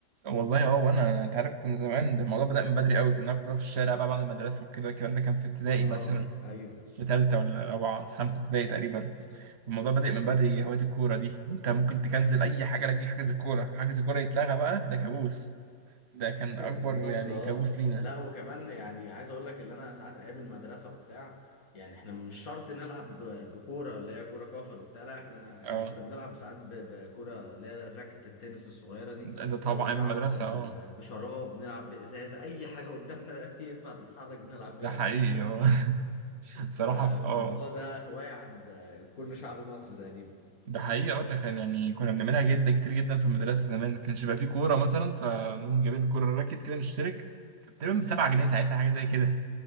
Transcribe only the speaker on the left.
اه
ايوه
<laughs>
بالظبط
اه
لا وكمان يعني عايز اقول لك اللي انا ساعات ايام المدرسه وبتاع يعني احنا مش شرط نلعب ب- بكوره اللي هي كوره كفر وبتاع لا احنا يعني
كنا بنلعب ساعات ب- بكوره اللي هي راكت التنس الصغيره دي
او نلعب
آه،
بشراب نلعب بازازه اي حاجه قدامنا <laughs> ينفع تتحرك بنلعب بيها
عادي
ف...
فالموضوع ده هواية عند كل شعب مصر تقريبا